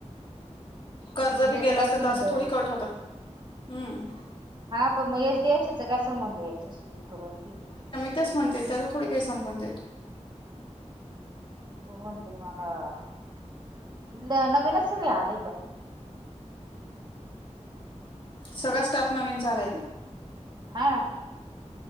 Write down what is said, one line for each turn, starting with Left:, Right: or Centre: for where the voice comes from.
Left: कर्ज बी
Right: त्याचा
Left: गेलं
Right: काय
Left: असल
Right: संबंध
Left: तर असं
Right: आहे
Left: थोडी कट होतात हम्म.
Right: हा पण मग एच डीएफ सीचा काय संबंध आहे याच्याशी बँकेशी
Left: त्याच म्हणते त्या थोडी काही संबंध येतो.
Right: तण तुम्हाला नवीनच सळे आले पण
Left: सगळां स्टाफ नवीन चालाय त
Right: हा